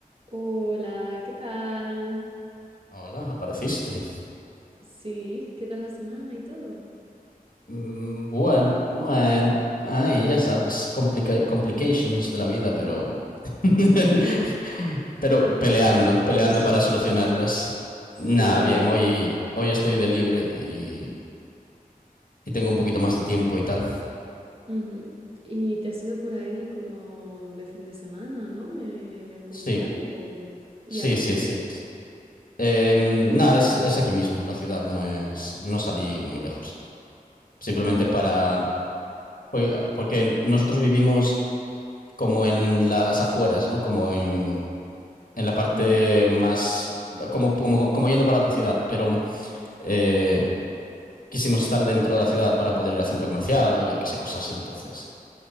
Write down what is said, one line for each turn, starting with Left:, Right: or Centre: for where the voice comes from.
Right: Hola, ¿qué tal?
Left: Hola, apareciste.
Right: Sí, ¿qué tal la semana y todo?
Left: Mm, bueno, bueno, ahí ya sabes, complica- complications de la vida, pero... <laughs>
Right: Mm,
Left: pero peleando,
Right: Y el trabajo
Left: peleando
Right: y eso.
Left: para solucionarlas.
Right: Sí.
Left: Nada, bien, hoy, hoy estoy de libre y, y tengo un poquito más de tiempo y tal.
Right: ujú. Y te has ido por ahí como de fin de semana, ¿no? Me, me han comentado.
Left: Sí,
Right: o- ¿Y
Left: sí,
Right: a dónde?
Left: sí, sí. Em, nada, es, es aquí mismo, en la ciudad, no es, no salí muy lejos. Simplemente
Right: Ah,
Left: para...
Right: ok.
Left: Porque, porque nosotros vivimos como en las afueras, ¿no? Como en... en la parte
Right: ujú.
Left: más, como, como, como yendo para otra ciudad, pero eh, quisimos estar dentro de la ciudad para poder ir al centro comercial o yo qué sé, cosas así. Entonces,